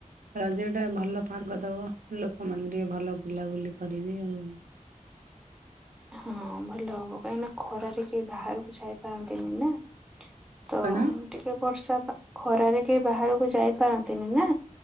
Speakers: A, on the right (about 80°); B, in the centre.
A: ରଜ ଟା ଭଲ ପାଗ ଦବ ଲୋକମାନେ ଟିକେ ଭଲ ବୁଲାବୁଲି କରିବେ ଆଉ
B: ହଁ ଭଲ ହବ କାହିଁକି ନା ଖରାରେ କେହି ବାହାରକୁ ଯାଇପାରନ୍ତିନି ନା। <inaudible> ତ
A: କଣ
B: ଟିକେ ବର୍ଷା ଖରାରେ କେହି ବାହାରୁକୁ ଯାଇପାରନ୍ତିନି ନା।